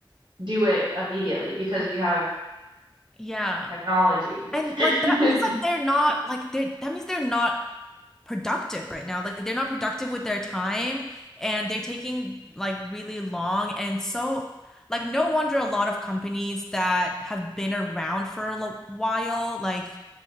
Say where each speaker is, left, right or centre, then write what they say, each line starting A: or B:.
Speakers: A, on the right; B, in the centre.
A: do it immediately because we have
B: Yeah.
A: technology.
B: And
A: <laughs>
B: like that means like they're not like they that means they're not productive right now. Like they're not productive with their time and they're taking like really long and so like no wonder a lot of companies that have been around for a lo- while like